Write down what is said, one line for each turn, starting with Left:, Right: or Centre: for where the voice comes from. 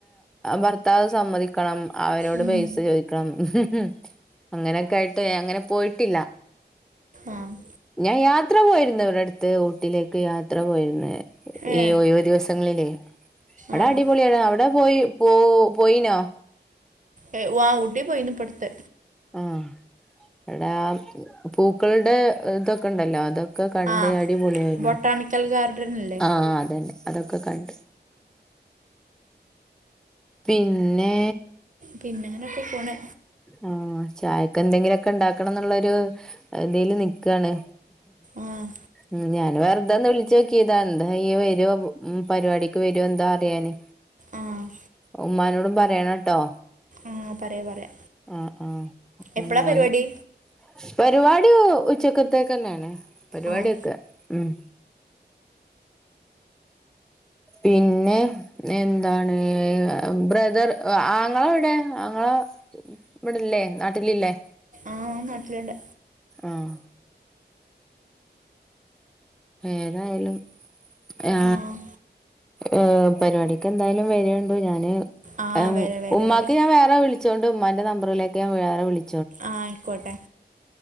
Centre: ഭർത്താവ് സമ്മതിക്കണം, അവരോട്
Right: ഉം.
Centre: പൈസ ചോദിക്കണം <unintelligible> അങ്ങനൊക്കെ ആയിട്ട് അങ്ങനെ പോയിട്ടില്ല
Right: ആ
Centre: ഞാൻ യാത്ര പോയിരുന്നു ഇവിടെ അടുത്ത് ഊട്ടിലേക്ക് യാത്ര പോയിരുന്നു
Right: ഏ
Centre: ഈ ഒഴിവ് ദിവസങ്ങളിലേ അവിടെ
Right: ആഹ്
Centre: അടിപൊളിയാണ് അവിടെ പോയി പോ പോയിനോ
Right: എ വാ ഊട്ടി പോയിനി ഇപ്പടുത്ത്
Centre: ആഹ് <unintelligible> പൂക്കളുടെ ഇതൊക്കെണ്ടല്ലോ അതൊക്കെ ഒക്കെ കണ്ട്
Right: ആഹ്
Centre: അടിപൊളിയായിരുന്നു
Right: ബൊട്ടാണിക്കൽ ഗാർഡൻ ഇല്ലേ
Centre: ആ അതെന്നെ അതൊക്കെ കണ്ട് പിന്നേ
Right: പിന്നെങ്ങനൊക്കെ പോണ്
Centre: ആ ചായൊക്കെന്തെങ്കിലൊക്കെ ഇണ്ടാക്കണം ന്ന്ള്ളൊരു തീല് നിക്കാണ്
Right: ആഹ്
Centre: ഉം ഞാന് വെർതൊന്നു വിളിച്ചാേക്കീതാ ന്തായ് ഈ വര്വോ ഉം പരിപാടിക്ക് വര്വോ എന്താ അറ്യാന്
Right: ആഹ്
Centre: ഉമ്മാനോടും പറ്യേണട്ടൊ
Right: ആ പറയാ പറയാ
Centre: ആ ആ
Right: എപ്പളാ
Centre: മോന്
Right: പരിപാടി
Centre: പരിപാടി ഉച്ചക്കത്തേക്കെന്നേണ്‌ പരിപാട്യാെക്കെ
Right: ആഹ്
Centre: ഉം പിന്നെ എന്താണ് ബ്രദർ ആങ്ങള ഔടെ ആങ്ങളാ ഇവ്ടെല്ലേ നാട്ടിലില്ലേ
Right: ആ ഓൻ നാട്ടില്ണ്ട്
Centre: ആഹ് ഏതായാലും ആ
Right: ആഹ്
Centre: ഏ പരിപാടിക്ക് എന്തായാലും വരാേണ്ടു ഞാന്
Right: ആഹ്
Centre: എം
Right: വരാ വരാ
Centre: ഉമ്മാക്ക്
Right: വരാ
Centre: ഞാൻ വേറെ വിളിച്ചോണ്ട് ഉമ്മാന്റെ നമ്പറിലേക്ക് ഞാൻ വേറെ വിളി
Right: ആ അയ്ക്കോട്ടെ